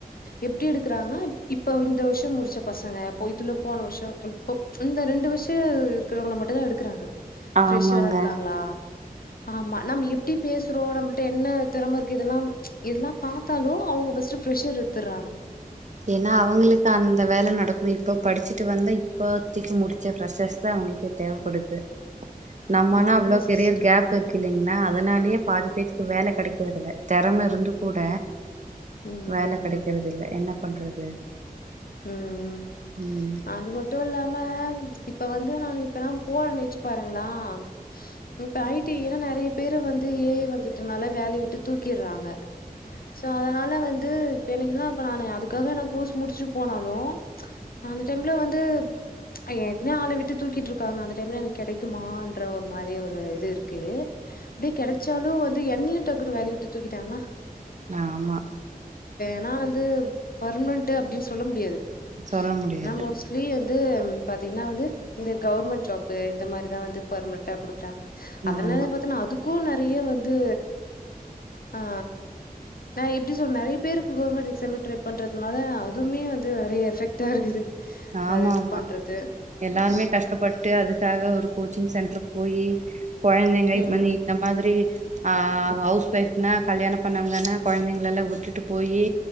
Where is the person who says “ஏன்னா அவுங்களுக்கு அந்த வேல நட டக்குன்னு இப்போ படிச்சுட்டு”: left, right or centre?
Right